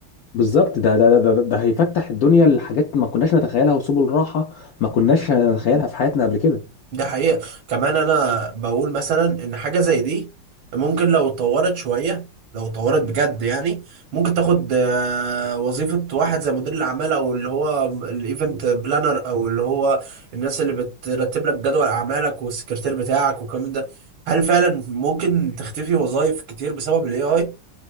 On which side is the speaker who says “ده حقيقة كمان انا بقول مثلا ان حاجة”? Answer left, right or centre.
Right